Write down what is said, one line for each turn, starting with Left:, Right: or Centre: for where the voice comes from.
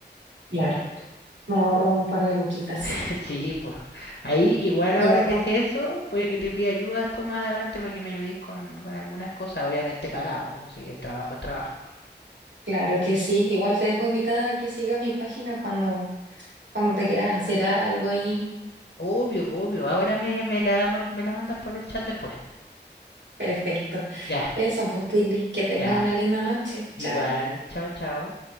Right: Claro. Me ahorro un par de luquitas.
Left: <laughs> Sí, pues. Ahí igual
Right: Ya,
Left: ahora que
Right: pues,
Left: sé eso, puede que te pida ayuda después más adelante para que me ayudéis con, con algunas cosas, obviamente pagado, pues, si el trabajo es trabajo.
Right: claro que sí. Igual te dejo invitada a que sigas mi página cuando, cuando te quieras hacer algo ahí.
Left: Obvio, po, obvio. Ahora me, me la, ma- me la mandas por el chat después.
Right: Perfecto.
Left: Ya,
Right: Eso, pues, Pili, que tengas
Left: ya.
Right: una linda noche. Chao.
Left: Igual. Chao, chao.